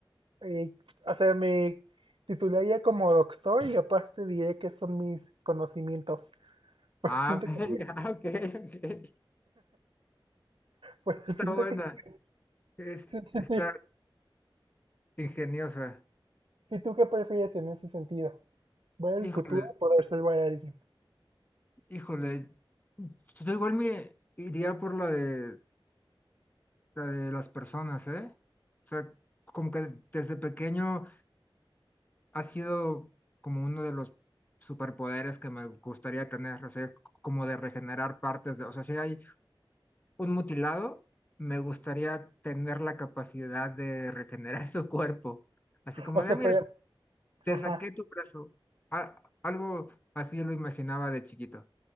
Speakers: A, on the right; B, on the left.
A: eh, o sea, me titularía como doctor y aparte diré que son mis conocimientos. <laughs> Pues
B: Ah,
A: siento
B: <laughs> venga,
A: que,
B: ok, ok.
A: pues
B: Está
A: siento
B: buena,
A: que, <laughs>
B: es-
A: sí,
B: está
A: sí, sí.
B: ingeniosa.
A: Si tú qué prefieres en ese sentido, ver el
B: Híjole,
A: futuro o poder salvar a alguien.
B: híjole. Yo igual me iría por la de, la de las personas, ¿eh? O sea, como que desde pequeño ha sido como uno de los superpoderes que me gustaría tener, o sea, como de regenerar partes de, o sea, sí hay un mutilado, me gustaría tener la capacidad de regenerar <laughs> su cuerpo. Así como
A: O sea,
B: de, "Ah, mira,
A: pero,
B: te
A: ajá,
B: saqué tu brazo. A- algo así lo imaginaba de chiquito.